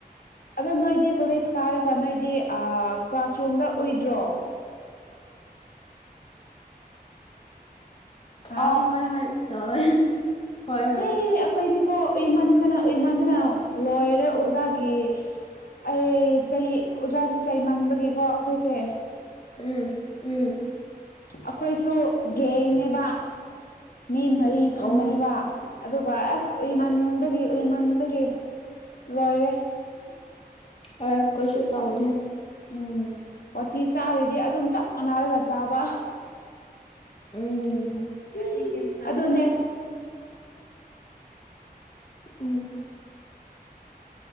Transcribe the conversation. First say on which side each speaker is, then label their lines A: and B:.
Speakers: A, on the left (about 65°); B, on the left (about 35°).
A: ꯑꯗꯣ ꯅꯣꯏꯗꯤ ꯀꯣꯂꯦꯖ ꯀꯥꯔꯒ ꯅꯣꯏꯗꯤ ꯑ ꯀ꯭ꯂꯥꯁꯔꯨꯝꯗ ꯎꯏꯗ꯭ꯔꯣ ꯍꯥ
B: ꯑ ꯍꯣꯏ ꯍꯣꯏ ꯇꯧꯋꯦ ꯍꯣꯏ ꯍꯣꯏ
A: ꯑꯩ ꯑꯩꯈꯣꯏꯗꯤꯀꯣ ꯎꯏꯃꯟꯗꯅ ꯎꯏꯃꯟꯗꯅ ꯂꯣꯏꯔꯦ ꯑꯣꯖꯥꯒꯤ ꯑꯩ ꯆꯩ ꯑꯣꯖꯥꯁꯨ ꯆꯩꯃꯟꯕꯒꯤꯀꯣ ꯑꯩꯈꯣꯏꯁꯦ
B: ꯎꯝ ꯎꯝ
A: ꯑꯈꯣꯏꯁꯨ ꯒꯦꯡꯅꯦꯕ ꯃꯤ ꯃꯔꯤ ꯔꯤ ꯐꯝꯕꯅꯦꯕ
B: ꯑꯣ ꯎꯝ
A: ꯑꯗꯨꯒ ꯑꯁ ꯎꯏꯃꯟ ꯃꯟꯕꯒꯤ ꯎꯏꯃꯟꯕꯒꯤ ꯂꯣꯏꯔꯦ
B: ꯍꯣꯏ ꯈꯣꯏꯁꯨ ꯇꯧꯕꯅꯦ
A: ꯎꯝ ꯋꯥꯊꯤ ꯆꯥꯔꯤꯗꯤ ꯑꯗꯨꯝ ꯆꯞ ꯃꯥꯟꯅꯔꯒ ꯆꯥꯕ
B: ꯎꯝ
A: ꯎꯝ ꯑꯗꯨꯅꯦ
B: ꯎꯝ